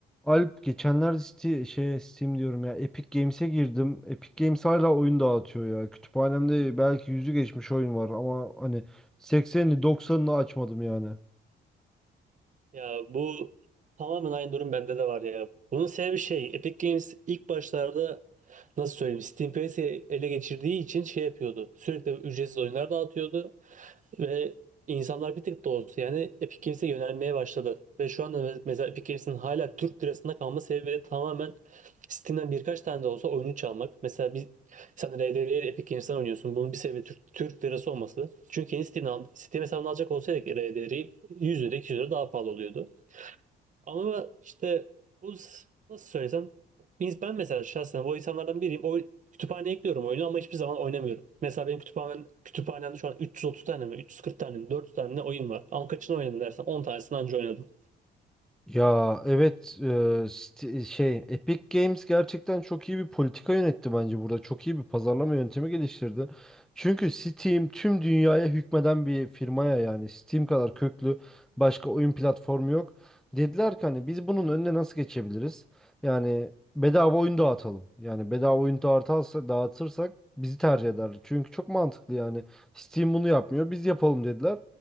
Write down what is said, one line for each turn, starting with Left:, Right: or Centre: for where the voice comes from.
Centre: Alp geçenlerde Steam, şey Steam diyorum ya Epic Games'e girdim. Epic Games hala oyun dağıtıyor ya. Kütüphanemde belki yüzü geçmiş oyun var ama hani 80'ini 90'ını açmadım yani.
Right: Ya bu tamamen aynı durum bende de var ya. Bunun sebebi şey, Epic Games ilk başlarda nasıl söyleyeyim Steam piyasayı ele geçirdiği için şey yapıyordu. Sürekli ücretsiz oyunlar dağıtıyordu ve insanlar bir tık da olsa yani Epic Games'e yönelmeye başladı. Ve şu anda me- mesela Epic Games'in hala Türk lirasında kalma sebebi de tamamen Steam'den birkaç tane de olsa oyunu çalmak. Mesela biz sen RDR'yi Epic Games'ten oynuyorsun. Bunun bir sebebi Türk, Türk lirası olması. Çünkü yeni Steam'den, Steam hesabını alacak olsaydık RDR'yi 100 lira 200 lira daha pahalı oluyordu. Ama işte bu s- nasıl söylesem biz- ben mesela şahsen o insanlardan biriyim. O kütüphaneye ekliyorum oyunu ama hiçbir zaman oynamıyorum. Mesela benim kütüphanem, kütüphanemde şu an 330 tane mi 340 tane mi 400 tane mi ne oyun var. Ama kaçını oynadım dersen 10 tanesini anca oynadım.
Centre: Ya evet e, sti- şey Epic Games gerçekten çok iyi bir politika yönetti bence burada. Çok iyi bir pazarlama yöntemi geliştirdi. Çünkü Steam tüm dünyaya hükmeden bir firmaya yani Steam kadar köklü başka oyun platformu yok. Dediler ki hani biz bunun önüne nasıl geçebiliriz? Yani bedava oyun dağıtalım. Yani bedava oyun dağıtarsa, dağıtırsak bizi tercih eder. Çünkü çok mantıklı yani. Steam bunu yapmıyor. Biz yapalım dediler.